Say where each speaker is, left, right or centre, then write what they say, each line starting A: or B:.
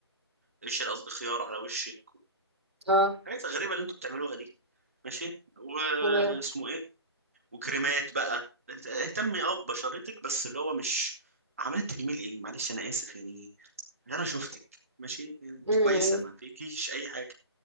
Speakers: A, on the right; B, on the right.
A: قشر قصدي خيار على وشك
B: اه
A: حاجات غريبه اللي انتوا بتعملوها دي ماشي واسمه
B: تمام
A: إيه؟ وكريمات بقى اهتمي اه ببشرتك بس اللي هو مش عملت تجميل ايه معلش انا اسف يعني انا شفتك ماشي يعني انت
B: امم
A: كويسه ما فيكيش اي حاجه